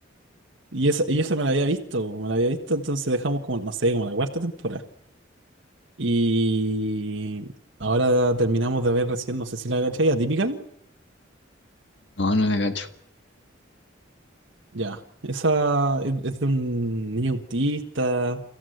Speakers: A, on the right (about 70°); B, on the left (about 60°).
A: y esa, y esa me la había visto, me la había visto, entonces dejamos como, no sé, como la cuarta temporada. Y ahora terminamos de ver recién, no sé si la cachai, Atypical.
B: No, no la cacho.
A: Ya. Esa es es de un niño autista